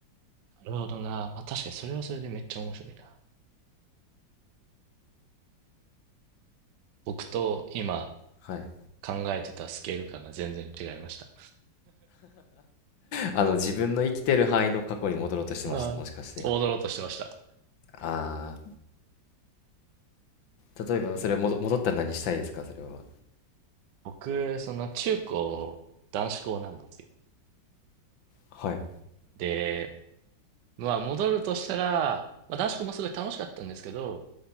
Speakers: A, on the right; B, on the left.
A: なるほどな。まあ確かにそれはそれでめっちゃ面白いな。僕と今
B: はい。
A: 考えてたスケール感が全然違いました。
B: あの、自分の生きてる範囲の過去に戻ろうとしてました。
A: ああ、
B: もしかして。
A: 踊ろうとしてました。
B: ああ、例えばそれ戻、戻ったら何したいですか、それは。
A: 僕、その中高、男子校なんですよ。
B: はい。
A: で、まあ戻るとしたら、まあ男子校もすごい楽しかったんですけど、